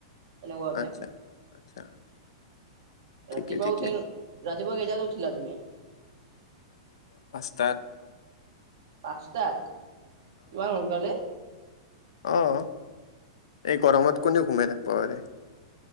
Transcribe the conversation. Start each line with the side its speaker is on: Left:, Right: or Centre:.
Right: তেনেকুৱাকে।
Left: আচ্ছা, আচ্ছা।
Right: ৰাতিপুৱা
Left: ঠিকে ঠিকে
Right: উঠি- ৰাতিপুৱা কেইটাত উঠিলা তুমি?
Left: তাত
Right: পাঁচটাত? ইমান সোনকালে?
Left: অ'। এই গৰমত কোনে ঘুমাই থাকিব পাৰে?